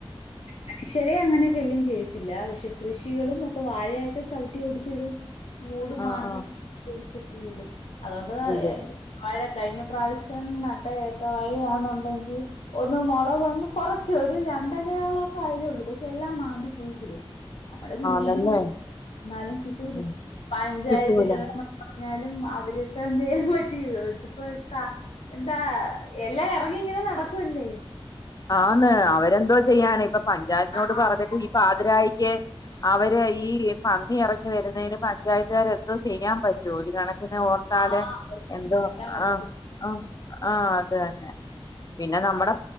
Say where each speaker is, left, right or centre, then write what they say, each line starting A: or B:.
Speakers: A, on the left; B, on the left.
A: മനുഷ്യരെ അങ്ങനെ ശല്യം ചെയ്യത്തില്ല പക്ഷെ കൃഷികളും ഒപ്പം വാഴയൊക്കെ ചവിട്ടി ഓടിച്ചിടും. ഓട്
B: ആ
A: മാന്തി
B: ആ
A: <inaudible> ക്കീടും. അതുകൊണ്ട്
B: ഇത്
A: മഴ കഴിഞ്ഞ പ്രാവശ്യം നട്ട ഏത്ത വാഴയാണുണ്ടെങ്കിൽ ഒന്ന് മുള വന്ന് കുറച്ച് ഒരു രണ്ട് അടയാളക്കെ ആയതേ ഉള്ളൂ പക്ഷെ എല്ലാം മാന്തി കുഴിച്ചിടും. നമ്മള് പിന്നെയും
B: ആണല്ലേ
A: എന്നാലും കിട്ടൂല
B: ഉം
A: പഞ്ചായത്തില്
B: കിട്ടൂല
A: എന്നാലും അവരൊക്കെ എന്ത് ചെയ്യാൻ പറ്റും ഇതിപ്പോ എന്താ എല്ലാം ഇറങ്ങി ഇങ്ങനെ നടക്കുവല്ലേ?
B: ആന്ന്
A: അതോ
B: അവരെന്തോ ചെയ്യാണ് ഇപ്പ പഞ്ചായത്തിനോട്
A: ആ
B: പറഞ്ഞിട്ട്
A: അത
B: ഈ പാതിരായിക്ക് അവര് ഈ പകുതി ഇറങ്ങി വരുന്നതിന് പഞ്ചായത്തുകാർ എന്തോ ചെയ്യാൻ പറ്റോ ഒരു കണ ഓർത്താല്
A: ആ അവർക്കൊന്നും
B: എന്തോ
A: ചെയ്യാൻ പറ്റത്തില്ല
B: ആഹ് ആഹ് ആഹ്. അത് തന്നെ പിന്നെ നമ്മുടെ